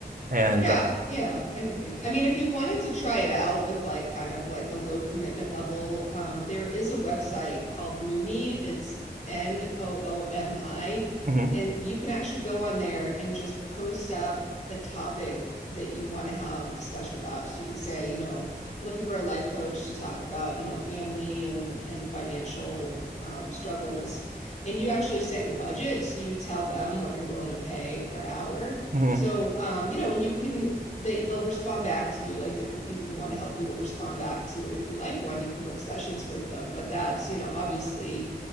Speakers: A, on the right; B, on the left.
A: And
B: Yeah,
A: uh,
B: yeah, I hear you. I mean, if you wanted to try it out with like kind of like a low commitment level, um, there is a website called Noomi. It's N O O M I,
A: mhm,
B: and you can actually go on there and just post up a topic that you want to have a discussion about. So you could say, you know, I'm looking for a life coach to talk about, you know, family and and financial um, struggles, and you actually set your budget, so you tell them what you're willing to pay per hour
A: mhm.
B: so, um, you know, and you can they they'll respond back to you, like different people who want to help you will respond back to you. And if you like one, you can book sessions with them. But that's, you know, obviously